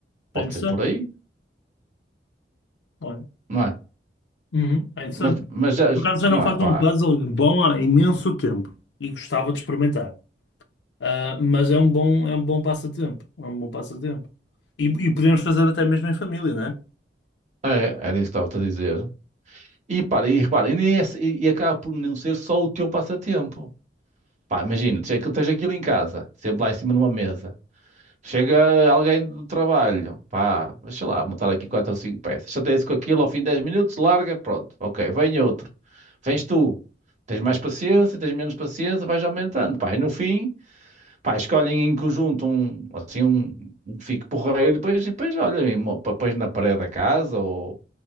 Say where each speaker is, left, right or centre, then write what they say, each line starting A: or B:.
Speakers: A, on the right; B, on the left.
A: pode
B: É interessante.
A: ser por aí,
B: Olha,
A: não é?
B: Uhum. é interessante.
A: Mas, mas já,
B: Por
A: já-
B: acaso já
A: não
B: não faço
A: é, pá,
B: um puzzle bom há imenso tempo e gostava de experimentar. Ah, mas é um bom, é um bom passatempo. É um bom passatempo. E, e podemos fazer até mesmo em família, não é?
A: é, era isso que estava-te a dizer. E para, e repara, e, nem é- e, e acaba por não ser só o teu passatempo. Pá, imagina, tens aquilo tens aquilo em casa, sempre lá em cima de uma mesa. Chega alguém do trabalho, pá, deixa lá, montar aqui quatro ou cinco peças. Chateia-se com aquilo, ao fim de 10 minutos, larga, pronto. Ok, vem outro. Vens tu. Tens mais paciência, tens menos paciência, vais aumentando, pá. E no fim, pá, escolhem em conjunto um, assim, um, um que fique porreiro, e depois, e depois olha, e mo- pá, pões na parede da casa, ou,